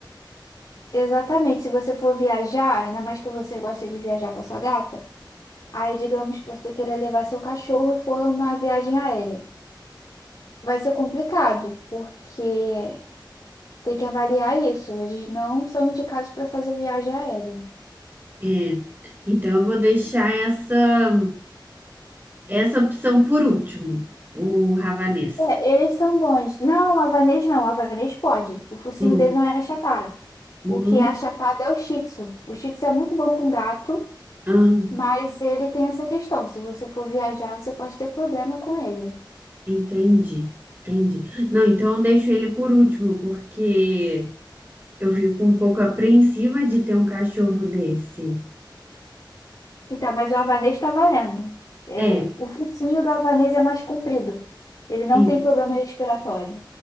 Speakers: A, on the left; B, on the right.
A: Exatamente. Se você for viajar, ainda mais que você gosta de viajar com a sua gata, aí digamos que você queira levar seu cachorro e for uma viagem aérea. Vai ser complicado, porque tem que avaliar isso. Eles não são indicados para fazer viagem aérea.
B: É, então eu vou deixar essa, essa opção por último, o ravanês.
A: É, eles são bons. Não, o havanês não. O havanês pode. O focinho
B: Hum,
A: dele não é achatado.
B: uhum,
A: O que é achatado é o shih tzu. O shih tzu é muito bom com gato.
B: ah,
A: Mas ele tem essa questão. Se você for viajar, você pode ter problema com ele.
B: entendi, entendi. Não, então eu deixo ele por último, porque eu fico um pouco apreensiva de ter um cachorro desse.
A: Então, mas o havanês está valendo. É,
B: É,
A: o, o focinho do havanês é mais comprido. Ele não
B: e-
A: tem problema respiratório.